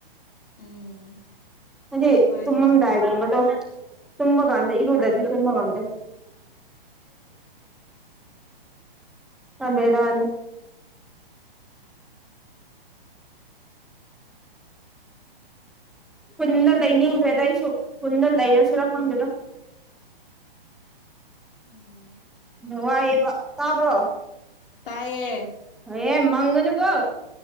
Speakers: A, on the left; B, in the centre.
A: ꯎꯝ ꯑꯗꯨꯃꯥꯏꯅ
B: ꯦ ꯇꯨꯝꯃꯝꯗꯑ
A: ꯇꯧꯋꯦꯕ
B: ꯇꯗꯣ ꯇꯃꯒꯥꯟꯗ ꯏꯔꯗꯗꯤꯒꯗ ꯑꯗꯦꯗꯥꯅꯤ ꯈꯨꯟꯗ ꯂꯩꯅꯤꯡꯈ꯭ꯔꯦꯗ ꯑꯩꯁꯨ ꯈꯨꯟꯗ ꯂꯩꯔ ꯁꯤꯔ ꯐꯪꯒꯦꯗ
A: ꯎꯝ
B: ꯅꯨꯡ ꯋꯥꯏꯑꯦꯕ ꯇꯥꯕ꯭ꯔꯣ
A: ꯇꯌꯦ
B: ꯑꯦ ꯃꯪꯒꯅꯨ ꯀꯣ